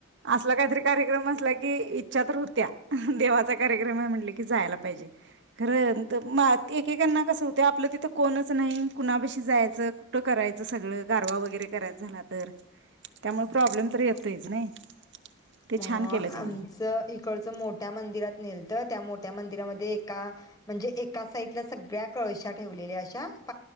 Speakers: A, on the right (about 60°); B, on the left (about 20°).
A: असला काहीतरी कार्यक्रम कार्यक्रम असला की इच्छा तर होतीया देवाचा कार्यक्रम म्हटल की ज्याला पाहिजे खरतर एकेकांना कस होतय आपल तिथ कोणच नाही कुणाबशी जायाच कुठ करायच सगळ गारवा वैगरे करायचा झाला तर
B: <unintelligible>
A: त्यामुळे प्रॉब्लेम तर येतोयच नाही ते छान केलं त्यांनी
B: आमचं इकडचं मोठ्या मंदिरात नेल तर त्या मोठ्या मंदिरामध्ये एका म्हणजे एका साइडला सगळ्या कळश्या ठेवलेल्या अशा <inaudible>